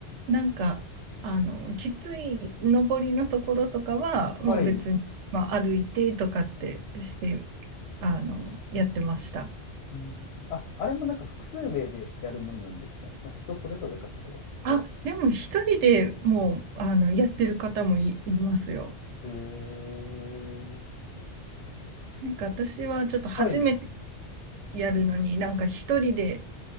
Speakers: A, on the right; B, on the left.
A: なんか、あの、きつい上りのところとかは、
B: はい。
A: もう別に、まあ、歩いてとかってして、あの、やってました。
B: うん。あ、あれもなんか、複数名でやるもんなんですかまあ、人それぞれか、それは。
A: あ、でも一人でもう、あの、やってる方もい、いますよ。
B: へえ。
A: なんか私はちょっと初めて
B: はい。
A: やるのに、なんか一人で、